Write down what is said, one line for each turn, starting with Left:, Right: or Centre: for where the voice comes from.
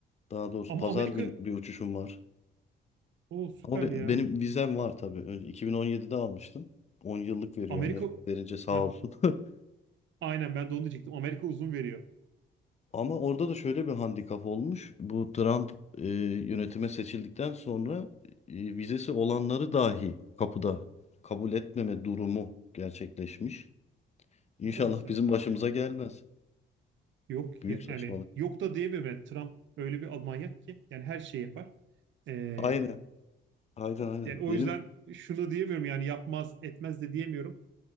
Left: Daha doğrusu
Right: ama
Left: pazar
Right: Amerika
Left: gün bir uçuşum var.
Right: o süper
Left: Ama be-
Right: ya.
Left: benim vizem var tabii. Önce 2017'de almıştım. 10 yıllık veriyor
Right: Amerika
Left: Amerika verince sağ
Right: Heh.
Left: olsun. <laughs>
Right: Aynen ben de onu diyecektim. Amerika uzun veriyor.
Left: Ama orada da şöyle bir handikap olmuş. Bu Trump e, yönetime seçildikten sonra e, vizesi olanları dahi kapıda kabul etmeme durumu gerçekleşmiş. İnşallah
Right: Ne kadar saçma
Left: bizim
Right: bir
Left: başımıza
Right: şey ya.
Left: gelmez.
Right: Yok
Left: Büyük
Right: ya,
Left: saçmalık.
Right: yani yok da diyemiyorum. Yani Trump öyle bir manyak ki yani her şeyi yapar. Ee,
Left: Aynen, aynen, aynen.
Right: yani o
Left: Benim
Right: yüzden şunu diyemiyorum yani yapmaz etmez de diyemiyorum.